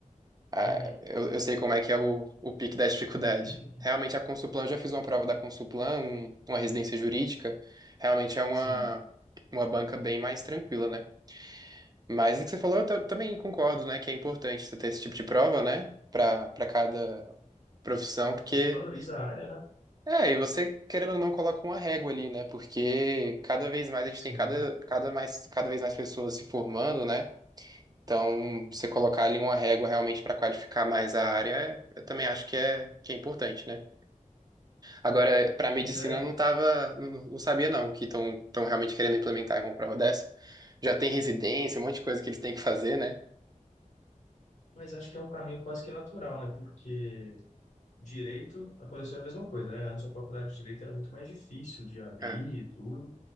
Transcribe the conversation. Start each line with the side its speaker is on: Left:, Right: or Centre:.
Right: a-
Left: Uhum.
Right: eu, eu sei como é que é o, o pique da dificuldade.
Left: <laughs>
Right: Realmente, a Consulplan, eu já fiz uma prova da Consulplan, um- uma residência jurídica. Realmente é uma,
Left: Sim.
Right: uma banca bem mais tranquila, né? Mas o que você falou, eu ta- também concordo, né? Que é importante você ter esse tipo de prova, né? Para para cada profissão, porque.
Left: Acho que valoriza a área, né?
Right: É, e você, querendo ou não, coloca uma régua ali, né? Porque cada vez mais a
Left: Sim.
Right: gente tem cada, cada, mais, cada vez mais pessoas se formando, né? Então, você colocar ali uma régua realmente para qualificar mais a área, eu também acho que é, que é importante, né? Agora, para medicina,
Left: Pois é,
Right: eu não tava, não não sabia não que estão estão realmente querendo implementar uma prova dessa. Já tem residência, um monte de coisa que eles têm que fazer, né?
Left: mas acho que é um caminho quase que natural, né? Porque direito aconteceu a mesma coisa, né? Antes a faculdade de direito era muito mais difícil de abrir
Right: É.
Left: e tudo.